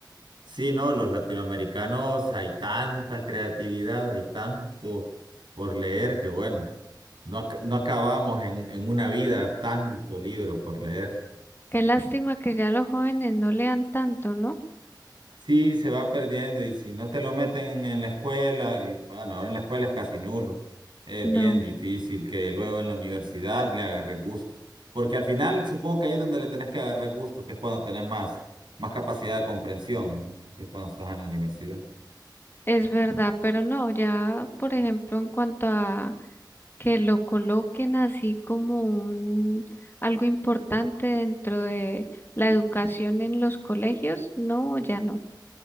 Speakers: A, on the right; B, on the left.
A: Sí, no, los latinoamericanos hay tanta creatividad, hay tanto por leer que bueno, no, ac- no acabamos en, en una vida tanto libro por leer.
B: Qué lástima que ya los jóvenes no lean tanto, ¿no?
A: Sí, se va perdiendo y si no te lo meten en la escuela, y bueno, ahora en la escuela es casi nulo, es
B: No,
A: bien difícil que luego en la universidad le agarre gusto, porque al final supongo que ahí es donde le tenés que agarrar gusto, que es cuando tenés más, más capacidad de comprensión, ¿no? Que es cuando estás en la universidad.
B: es verdad, pero no, ya, por ejemplo, en cuanto a que lo coloquen así como un algo importante dentro de la educación en los colegios, no, ya no,